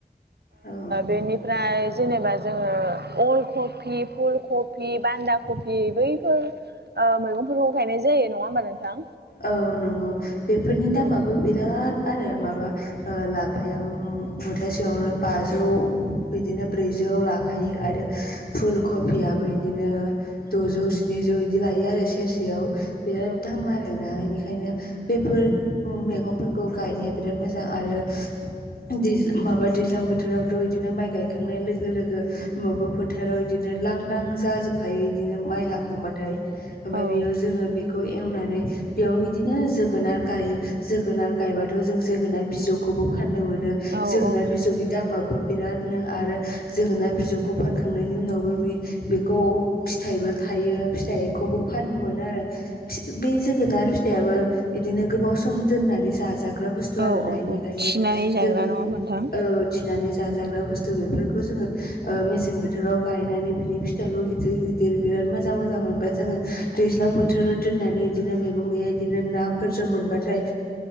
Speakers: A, on the left; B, on the right.
A: औ
B: बेनिफ्राय जेनेबा जोङो अल कफि फुल कफि बान्दा कफि बैफोर मैगंफोरखौ गायनाय जायो नङा होमबा नोंथां
A: औ नंगौ बेफोरनि दामाबो
B: औ
A: बिराद बिराद आरो माबा लाफायाबो मुथासेयावनो बाजौ बिदिनो ब्रैजौ लाखायो आरो फुल कफियाबो बिदिनो द'जौ स्निजौ बिदि लायो लायो आरो सेरसेयाव बिराद
B: औ
A: दाम आरो मोना बेनिखायनो बेफोर मैगंफोरखौ गायनाया बिराद मोजां आरो दैज माबा दैज्लां बोथोरावथ' बिदिनो माइ गायखांनाय लोगो लोगो मेबा फोथाराव बिदिनो लांदां जाजोबखायो बिदिनो माइ हाखांबाथाय ओमफ्राय
B: औ
A: बेयाव जोङो बेखौ एवनानै । बेयाव बिदिनो -जोगोनार गायो जोगोनार गायबाथ' जों जोगोनार बिजौखौबो फानो। फाननो मोनो
B: औ
A: जोगोनार बिजौनि दामाबो बिरादनो आरो जोगोनार बिजौखौ फानखांनायनि उनावबो बि बेखौ फिथाइबो- थायो फिथाइखौबो फाननो मोनो आरो बे जों- जोगोनार फिथाइ आबो बिदिनो गोबाव सम दोननानै जायो । जाग्रा बस्थु
B: औ
A: आरोना
B: औ
A: बेनिखायनो
B: औ थिनानै जाग्रा
A: जोगोनात
B: नङा होमबा नोंथां
A: औ उथिनानै जाग्रा बुस्थु बेफोरखौ जोङो मेसें बोथोराव गायनानै बिनि फिथाइखौ गिदिर गिदिर मोजां मोजां मोनबाय जोङो दैज्लां बोथोराव दोननानै बिदिनो मैगं गैया बिदिनो नाफोरजों मोनबाथाय